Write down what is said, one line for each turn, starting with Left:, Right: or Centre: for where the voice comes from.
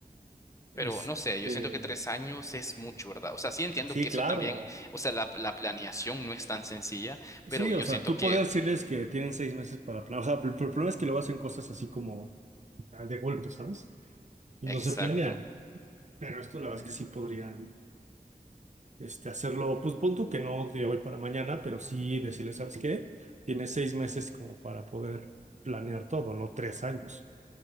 Right: Este,
Left: Pero no sé, yo siento que tres años es mucho, ¿verdad? O sea, sí entiendo
Right: sí,
Left: que eso
Right: claro.
Left: también, o sea, la, la planeación no es tan sencilla,
Right: Sí,
Left: pero yo
Right: o sea,
Left: siento
Right: tú
Left: que,
Right: podrías decirles que tienen 6 meses para planear, o sea, pero el problema es que luego hacen cosas así como ah, de golpe, ¿sabes? Y
Left: exacto,
Right: no se planean, pero esto la verdad es que sí podrían. este, hacerlo, pues pon tú que no de hoy para mañana, pero sí decirle, ¿sabes qué? Tienes seis meses como para poder planear todo, no tres años.